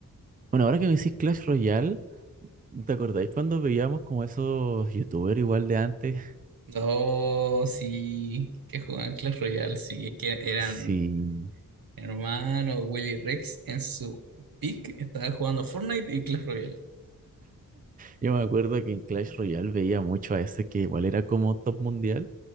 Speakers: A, on the right (about 25°); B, on the right (about 75°).
A: bueno, ahora que me decís Clash Royale, ¿te acordáis cuando veíamos como esos youtubers igual de antes?
B: Oh, sí, que jugaban Clash Royale, sí, es que eran
A: <laughs> Sí,
B: hermano Willy Rex en su pick, estaba jugando Fortnite y Clash Royale.
A: yo me acuerdo que en Clash Royale veía mucho a ese que igual era como top mundial,